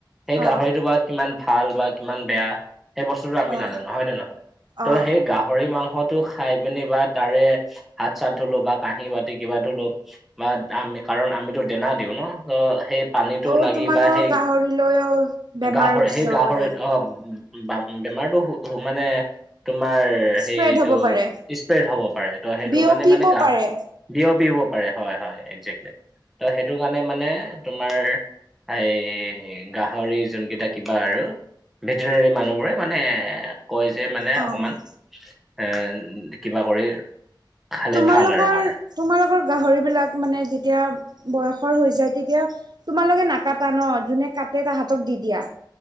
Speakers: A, in the centre; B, on the right.
A: সেই
B: অ
A: গাহৰিটো বা কিমান ভাল বা কিমান বেয়া সেই বস্তুটো আমি
B: অ
A: নাজানো হয় নে নহয় ত'
B: অ
A: সেই গাহৰি মাংসত টো খাই পিনি বা তাৰে হাত-চাত ধুলো বা কাঁহি বা কিবা ধুলো বা আমি কাৰণ আমিতো দেনা দিওঁ ন ত সেই পানীটো
B: অ'
A: লাগি
B: তোমালোকৰ
A: বা সেই
B: গাহৰিলৈও বেমাৰ
A: গাহৰি
B: গুচি
A: সেই
B: যাব
A: গাহৰি
B: পাৰে।
A: অ বা বেমাৰটো হু হু মানে তোমাৰ
B: স্প্ৰেড
A: সেইটো
B: হ'ব পাৰে,
A: স্প্ৰেড হব পাৰে ত' সেইটো
B: বিয়পিব
A: কাৰণে মানে গাহ
B: পাৰে।
A: বিয়পিব পাৰে হয় হয় একজেক্টলি, ত' সেইটো কাৰণে মানে তোমাৰ এই গাহৰি যোনকেইটা কিবা আৰু ভেটেনেৰী মানুহবোৰে মানে এ কয় যে মানে
B: অ'
A: অকমান, এ কিবা কৰি খালে
B: তোমালোকৰ
A: ভাল আৰু মানে।
B: তোমালোকৰ গাহৰি বিলাক মানে যেতিয়া বয়সৰ হৈ হৈ যায়, তেতিয়া তোমালোকে নাকাটা ন যোনে কাটে তাহাঁতক দি দিয়া।